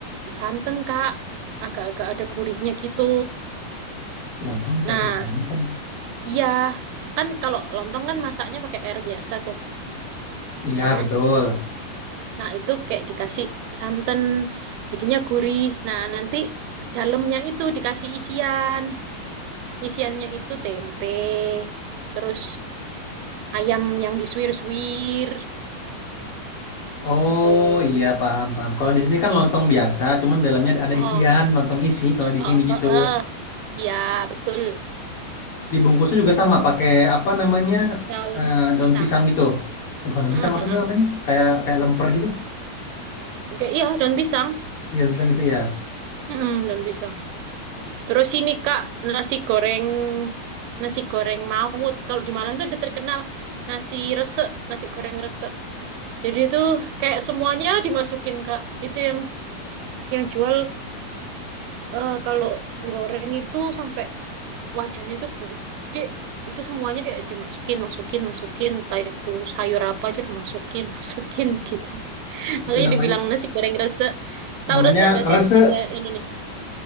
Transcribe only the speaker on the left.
Lontong dikasih
santan.
Iya,
betul.
Oh
iya paham paham. Kalau di sini kan lontong biasa, cuman dalamnya ada
isian lontong isi. Kalau di
sini
gitu,
dibungkusnya juga sama pakai apa namanya
eh, daun
pisang gitu. Eh bukan daun
pisang apa sih
namanya? Kayak kayak lemper gitu.
Ya daun pisang gitu ya.
Itu
namanya
namanya
rese.